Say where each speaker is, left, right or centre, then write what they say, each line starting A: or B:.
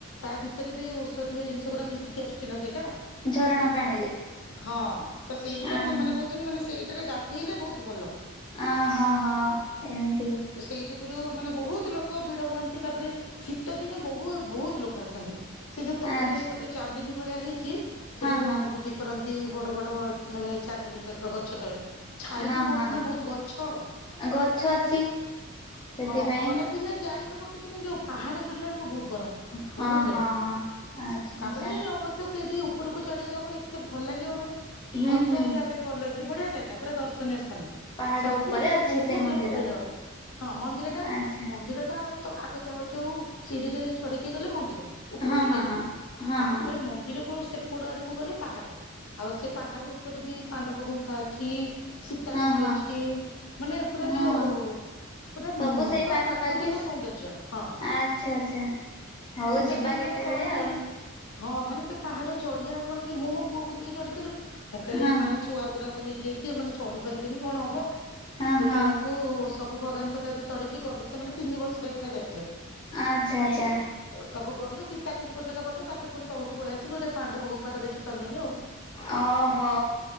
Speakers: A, on the left; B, on the left.
A: ତା ଭିତରେ ବି ଔଷଧୀୟ ଜିନିଷ ଗୁଡା ମିଶିକି ଆସୁଛି ନା ସେଇଟା।
B: ଝରଣା ପାଣିରେ
A: ହଁ, ତ ସେଇଥିପାଇଁ
B: ଅ
A: ସେମାନେ କହୁ ଚନି ମାନେ ସେଇଟାରେ ଗାଧେଇଲେ ବହୁତ ଭଲ।
B: ଅହୋ ହଁ ଏମତି।
A: ତ ସେଇ ଯୁଗୁରୁ ମାନେ ବହୁତ ଲୋକ ଭିଡ ହୁଅନ୍ତି, ତାପରେ ଶୀତ ଦିନେ ବହୁ ବହୁତ ଲୋକ ଆସନ୍ତି। ସେ ଯୋ ତଳେ
B: ଆଚ୍ଛା
A: ଗୋଟେ ଚାନ୍ଦିନୀ ଭଳିଆ ହେଇଛି ସେଠି
B: ହଁ
A: ବଣଭୋଜି
B: ହଁ।
A: କରନ୍ତି, ବଡ଼ ବଡ଼ ମାନେ ଚାନ୍ଦିନୀ ଟାଇପ୍ ର ଗଛ ତଳେ। ଛାଇ
B: ହଁ
A: ବି ବହୁତ
B: ହଁ ହଁ
A: ନା ବହୁତ ଗଛ।
B: ଗଛ ଅଛି ସେଥିପାଇଁ
A: ହଁ ଖରା ଦିନେ ଯାଇ ହବ କିଛି ନାହିଁ ଯୋଉ ପାହାଡ ଚଢିଲା ବେଳକୁ ବହୁତ ଗରମ।
B: ହଁ
A: ବହୁତ ଗରମ।
B: ହଁ ହଁ। ଆଚ୍ଛା
A: ତାପରେ
B: ଆଚ୍ଛା
A: ଅବଶ୍ୟ ସେଇଠି ଉପରକୁ ଚଢିଗଲା ପରେ ଏତେ ଭଲ ଲାଗିବ ମାନେ
B: ହୁଁ
A: ଫଟୋ
B: ହୁଁ
A: ଉଠେଇବା ପାଇଁ ଭଲ ହେଇଛି। ସେ ବଢିଆ ଜାଗା ପୁରା ଦର୍ଶନୀୟ ସ୍ଥାନ।
B: ପାହାଡ
A: ସବୁ
B: ଉପରେ
A: ଲୋକ
B: ଅଛି
A: ବହୁତ
B: ସେ ମନ୍ଦିର।
A: ଲୋକ ଭିଡ ହଁ ମନ୍ଦିର ଟା
B: ଆଚ୍ଛା
A: ମନ୍ଦିରଟା ତ ଆଗ ଯାଉ ଯାଉ ସିଡିିରେ ଚଢିକି ଗଲେ ମନ୍ଦିର ଉପରୁକୁ
B: ହଁ
A: ଟିକେ
B: ହଁ
A: ଗଲେ।
B: ହଁ ହଁ
A: ତାପରେ
B: ହଁ
A: ମନ୍ଦିରକୁ ସେପଡ ଆଡକୁ ଗଲେ ପାହାଡ ଆଉ ସେ ପାହାଡ ଉପରେ ବି ପାଣ୍ଡବ ଗୁମ୍ଫା ଅଛି, ସୀତାକୁୁଣ୍ଡ
B: ହଁ ହଁ।
A: ଅଛି, ମାନେ ପୁରା
B: ହଁ
A: ଯୋଉ ପୁରା
B: ସବୁ
A: ଉଁ
B: ସେଇ
A: କଣ
B: ପାଖାପାଖି
A: ପ୍ରାକୃତିକ ସୌନ୍ଦର୍ଯ୍ୟ ହଁ।
B: ଆଚ୍ଛା ଆଚ୍ଛା ହଉ
A: ସୀତାକୁୁଣ୍ଡ
B: ଯିବା କେତେବେଳେ
A: ମାନେ କହନ୍ତି।
B: ଆଉ
A: ହଁ ମାନେ ସେ ପାହାଡ ଚଢିଆ କଣ କି ମୁଁ ମୋ ପୁଅକୁ ନେଇକି ଚଢିଥିଲୁ ମୁଁ କହିଲି
B: ହଁ
A: ଏ ମାନେ ଛୁ ଛୁଆଗୁୁରାଙ୍କୁ ନେଇ ଯାଇଛି ଏମାନେ ଚଢି ପାରିବେନି କଣ ହବ,
B: ହଁ
A: ଦେଖିଲା
B: ହଁ
A: ବେଳକୁ କୁ ସବୁ ଭଗବାନଙ୍କ ଦୟା ରୁ ଚଢିକି ଗଲୁ ସେମାନେ ତିନି ବର୍ଷର ଯାଇଥିଲେ।
B: ଆଚ୍ଛା ଆଚ୍ଛା।
A: ସବୁ ଗଲୁ ସୀତାକୁଣ୍ଡ ପର୍ଯ୍ୟନ୍ତ ଗଲୁ, ତାପରେ ପୁଣି ତଳକୁ ପଳେଇ ଆସିଲୁ ଗୋଟେ ପାଣ୍ଡବ ଗୁମ୍ଫା ଟା ଦେଖି ପାରିଲୁନି ଆଉ।
B: ଓହୋ।